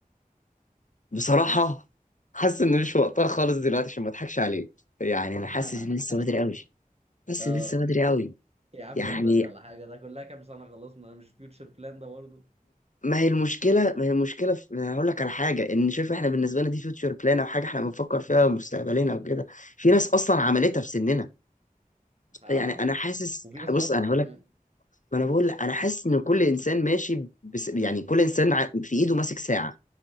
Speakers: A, on the left; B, on the right.
A: بصراحة حاسس إن مش وقتها خالص دلوقتي عشان ما أضحكش عليك يعني أنا
B: <laughs>
A: حاسس إن لسه بدري أوي حاسس
B: اه
A: إن لسه بدري أوي
B: يا عم
A: يعني
B: ولا بدري ولا حاجه ده كلها كام سنه خلصنا مش فيوتشر بلان ده برضه
A: ما هي المشكلة ما هي المشكلة في... أنا هقول لك على حاجة إن شوف إحنا بالنسبة لنا دي فيوتشر بلان أو حاجة إحنا بنفكر فيها مستقبلنا وكده في ناس أصلا عملتها في سننا
B: اه
A: يعني أنا حاسس
B: وفي ناس اصغر
A: بص أنا هقول
B: كمان
A: لك ما أنا بقول لك أنا حاسس إن كل إنسان ماشي بس... يعني كل إنسان ع- في إيده ماسك ساعة